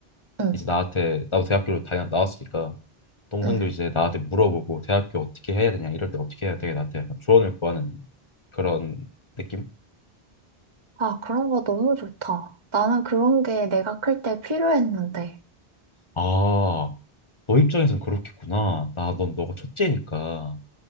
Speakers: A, on the right; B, on the left.
A: 응,
B: 이제 나한테 나도 대학교를 다녀 나왔으니까 동생도
A: 응.
B: 이제 나한테 물어보고 대학교 어떻게 해야 되냐 이럴 때 어떻게 해야 되게 나한테 약간 조언을 구하는 그런 느낌?
A: 아, 그런 거 너무 좋다. 나는 그런 게 내가 클 때 필요했는데.
B: 아, 너 입장에선 그렇겠구나. 나 넌 너가 첫째니까.